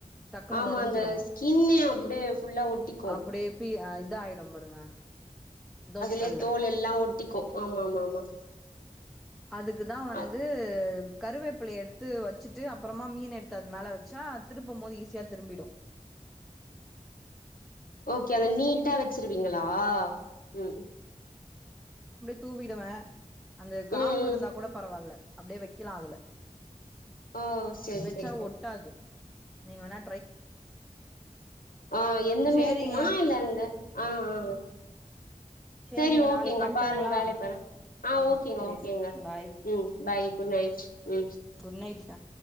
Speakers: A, in the centre; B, on the left (about 85°).
A: டக்குன்னு
B: ஆமா
A: ஓடஞ்சிரும்.
B: அந்த ஸ்கின்னே அப்டியே ஃபுல்லா ஒட்டிக்கு
A: அப்டியே <unintelligible> இதா ஆயிடும் பாருங்க தோசக்கல்ல
B: அதுலியே தோல் எல்லா ஒட்டிக்கு ஆமா ஆமா ஆமா
A: அதுக்குதா வந்து
B: அ
A: கருவேப்பில்லய எடுத் து வச்சுட்டு அப்றமா மீன் எடுத்த அது மேல வச்சா திருப்பமோது ஈஸ் சியா திரும்பிடும்
B: ஓகே அத நீட்டா வச்சிருவீங்களா ம்
A: தூவிடுவ அந்த
B: ம்
A: காம்பு
B: ம்
A: இருந்தா கூட பரவாயில்ல அப்படியே வைக்கலாம அதுல
B: ஓ செரி
A: வெச்சா
B: செரி செரி
A: ஒட்டாது நீங்கவெனா
B: ஆ எந்த
A: சேரிங்க
B: மீனுக்குமா இல்ல அந்த ஆ ஆ
A: சேரிங்க
B: சேரி ஓகேங்க
A: நாளைக்கு பண்ட்டுங்களா
B: பாருங்க வேலைய பாருங்க ஆ
A: ம்
B: ஓகேங்க
A: சேரி
B: ஓகேங்க
A: பாய்
B: ம் பாய் குட் நைட் ம்
A: குட் நைட் சா